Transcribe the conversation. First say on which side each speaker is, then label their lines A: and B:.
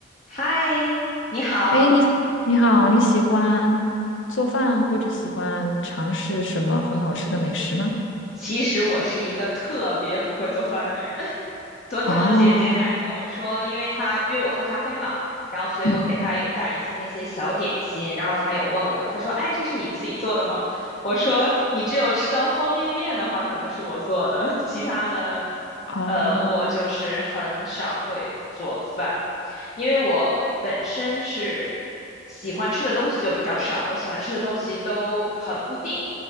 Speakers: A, on the left (about 40°); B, on the left (about 75°).
A: 嗨，你好。
B: 哎，你你好，你喜欢做饭或者喜欢尝试什么很好吃的美食吗？
A: 其实我是一个特别不会做饭的人。<laughs> 昨天我姐姐还跟我说，
B: 哦，
A: 因为她约我喝咖啡嘛，然后所以我给她有带一些那些小点心，
B: 嗯，
A: 然后她有问我，她说：“哎，这是你自己做的吗？”我说：“你只有吃到方便面的话，可能是我做的，<laughs> 其他的，
B: 哦，
A: 呃，我就是很少会做饭。”因为我本身是喜欢吃的东西就比较少，我喜欢吃的东西都很固定，